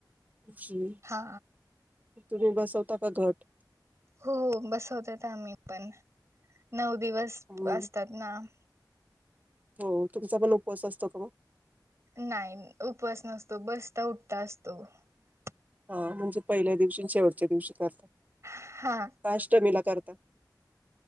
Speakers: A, on the right; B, on the right.
A: जी
B: हा
A: तुम्ही बसवता का घट?
B: हो बसवतेत आम्ही पण नऊ. - दिवस
A: हम्म.
B: असतात ना-
A: हो तुमचा पण उपवास असतो का हो.?
B: नाही उपवास नसतो बसता उठता असतो.. -
A: हा म्हणजे पहिल्या दिवशी शेवटच्या दिवशी. - <unintelligible>
B: हा
A: अष्टमीला करतां.